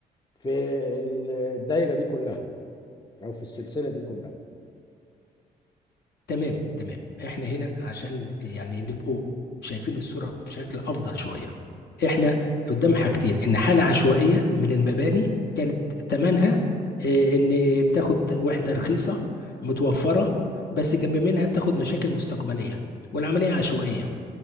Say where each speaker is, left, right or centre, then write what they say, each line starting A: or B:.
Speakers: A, on the left; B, on the left.
A: في ال- الدايرة دي كلها أو في السلسلة دي كلها
B: تمام تمام احنا هنا عشان يعني نبقوا شايفين الصورة بشكل افضل شوية احنا قدام حاجتين ان حالة عشوائية من المباني كانت تمنها آه، ان بتاخد وحدة رخيصة متوفرة بس جنب منها بتاخد مشاكل مستقبلية والعملية عشوائية